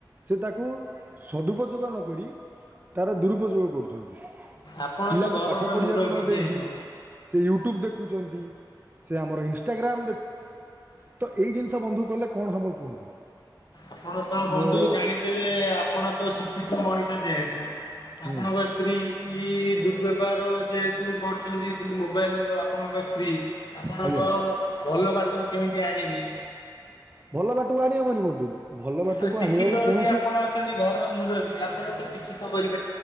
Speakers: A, on the right; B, on the left.
A: ସେତାକୁ ସଦୁପଯୋଗ ନକରି ତାର ଦୁରୁପଯୋଗ କରୁଛନ୍ତି।
B: ଆପଣ
A: ପିଲାଙ୍କୁ
B: ତ ଘରର
A: ପାଠପଢିବାକୁ
B: ମୁରବି
A: ନଦେଇକି
B: ଯେହେତୁ
A: ସେ ୟୁଟ୍ୟୁବ ଦେଖ। ସେ ଆମର ଇନଷ୍ଟାଗ୍ରାମ ତ ଏଜିନିଷ ବନ୍ଧୁକଲେ। କଣ ହବ କୁହନ୍ତୁ।
B: ଆପଣତ ବନ୍ଧୁ
A: ମୋର
B: ଜାଣିଥିବେ ଆପଣତ ଶିକ୍ଷିତ ମଣିଷ। ଯେହେତୁ!
A: ହୁଁ
B: ଆପଣଙ୍କ ସ୍ତ୍ରୀ କି ଦୁର୍ବ୍ୟବହାର ଯେହେତୁ! କରୁଛନ୍ତି ମୋବାଇଲର ଆପଣଙ୍କ ସ୍ତ୍ରୀ! ଆପଣଙ୍କ
A: ଆଜ୍ଞା
B: ଭଲ ବାଟକୁ କେମିତି ଆଣିବି!
A: ଭଲ ବାଟକୁଆଣି ହବନି ବନ୍ଧୁ। ଭଲ ବାଟକୁ
B: ଆଉ ଶିକ୍ଷିତ
A: ଆଣିବାକୁ କୌଣସି
B: ଯଦି ଆପଣ ଅଛନ୍ତି ଘରର ମୁରବି ଆପଣ! କିଛିତ କରି!